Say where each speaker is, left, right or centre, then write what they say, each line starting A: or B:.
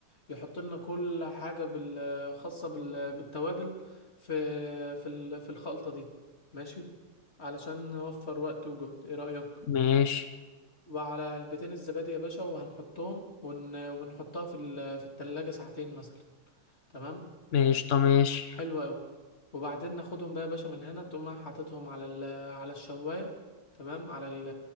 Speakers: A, on the left (about 30°); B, on the left (about 65°).
A: يحط لنا كل حاجه بال- خاصه بال- بالتوابل في في ال- في الخلطه دي ماشي علشان نوفر وقت وجهد ايه رايك
B: ماشي
A: وعلى علبتين الزبادي يا باشا وهنحطهم ون... ونحطها في ال... في التلاجة ساعتين مثلا تمام
B: ماشي طب ماشي
A: حلو قوي وبعدين ناخدهم بقى يا باشا من هنا تقوم رايح حاططهم على ال... على الشواية تمام على ال...